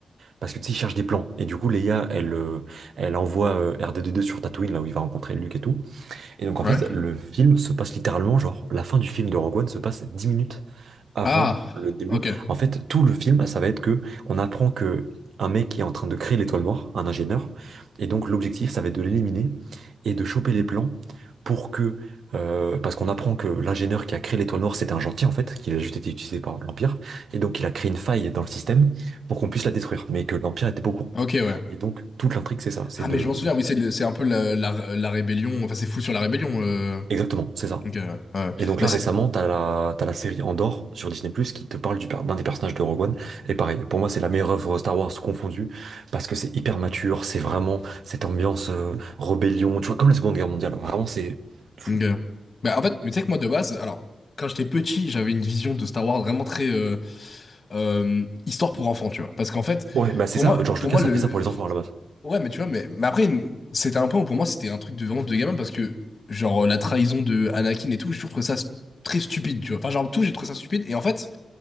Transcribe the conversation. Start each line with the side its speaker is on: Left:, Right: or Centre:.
Right: Parce que tu sais, il cherche des plans. Et du coup, Leia, elle, euh, elle envoie euh, R2D2 sur Tatooine, là où il va rencontrer Luke et tout. Et donc, en
Left: Ouais.
Right: fait, le film se passe littéralement, genre, la fin du film de Rogue One se passe 10 minutes avant
Left: Ah...
Right: le début.
Left: Ok.
Right: En fait, tout le film, ça va être que on apprend que un mec est en train de créer l'étoile noire, un ingénieur, et donc l'objectif, ça va être de l'éliminer et de choper les plans pour que, euh, parce qu'on apprend que l'ingénieur qui a créé l'étoile noire, c'était un gentil en fait, qu'il a juste été utilisé par l'Empire, et donc il a créé une faille dans le système pour qu'on puisse la détruire, mais que l'Empire était pas au courant.
Left: Ok, ouais.
Right: Et donc toute l'intrigue, c'est ça, c'est
Left: Ah,
Right: de,
Left: mais je m'en souviens, oui, c'est le- c'est un peu la, la, la rébellion. Enfin, c'est fou sur la rébellion. euh.
Right: exactement, c'est ça.
Left: Donc, euh, ouais.
Right: Et donc
Left: Bah,
Right: là,
Left: c'est.
Right: récemment, t'as la, t'as la série Andor sur Disney+, qui te parle du, per- d'un des personnages de Rogue One. Et pareil, pour moi, c'est la meilleure œuvre Star Wars confondue, parce que c'est hyper mature, c'est vraiment cette ambiance euh, rébellion, tu vois, comme la Seconde Guerre mondiale. Vraiment, c'est fou.
Left: donc, euh, bah, en fait, mais tu sais que moi, de base, alors, quand j'étais petit, j'avais une vision de Star Wars vraiment très euh, euh, histoire pour enfants, tu vois. Parce qu'en fait,
Right: Ouais, bah c'est
Left: pour
Right: ça,
Left: moi,
Right: George
Left: pour
Right: Lucas
Left: moi, le.
Right: a fait ça pour les enfants à la base.
Left: Ouais, mais tu vois, mais, mais après, c'était un peu. Pour moi, c'était un truc de vraiment de gamin parce que, genre, la trahison de Anakin et tout, j'ai toujours trouvé ça s- très stupide, tu vois. Enfin, genre, tout, j'ai trouvé ça stupide. Et en fait,